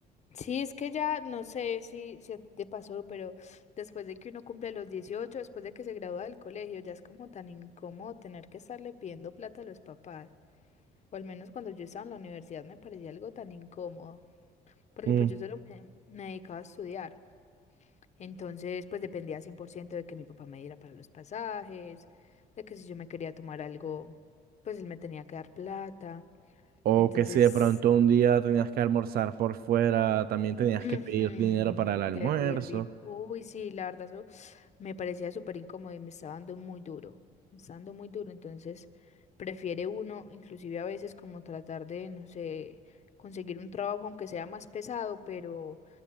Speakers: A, on the left; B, on the right.
A: Sí, es que ya no sé si, si a ti te pasó, pero después de que uno cumple los 18, después de que se gradúa del colegio, ya es como tan incómodo tener que estarle pidiendo plata a los papás. O al menos cuando yo estaba en la universidad me parecía algo tan incómodo, porque
B: Mm.
A: pues yo solo me, me dedicaba a estudiar. Entonces, pues dependía 100% de que mi papá me diera para los pasajes, de que si yo me quería tomar algo, pues él me tenía que dar plata.
B: O
A: Entonces,
B: que si de pronto un día tenías que almorzar por fuera, también tenías
A: ujú,
B: que pedir dinero para el almuerzo.
A: te perdí. Uy, sí, la verdad, eso me parecía súper incómodo y me estaba dando muy duro. Me estaba dando muy duro. Entonces, prefiere uno, inclusive a veces, como tratar de, no sé, conseguir un trabajo, aunque sea más pesado, pero,